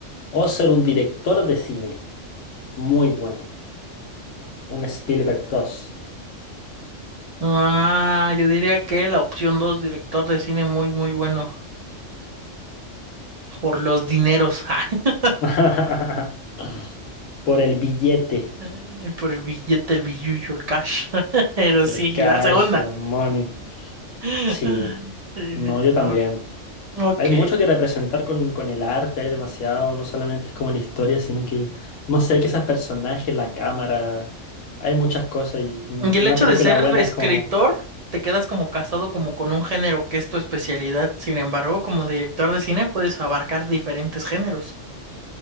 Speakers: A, on the left; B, on the right.
A: ¿O ser un director de cine muy bueno? Un Spielberg dos
B: Ah, yo diría que la opción 2 director de cine muy, muy bueno, por los dineros, <laughs>
A: <laughs> Por el billete,
B: ay, por el billete, el billullo, el cash, <laughs> pero
A: el
B: sí,
A: cash,
B: la segunda.
A: la money.
B: <laughs>
A: Sí,
B: Eh,
A: no, yo
B: o-
A: también.
B: Ok,
A: Hay mucho que representar con, con el arte, hay demasiado, no solamente es como la historia, sino que, no sé, quizás personajes, la cámara, hay muchas cosas y una
B: Y el
A: una
B: hecho
A: película
B: de ser
A: buena
B: escritor,
A: es como
B: te quedas como casado como con un género que es tu especialidad. Sin embargo, como director de cine puedes abarcar diferentes géneros.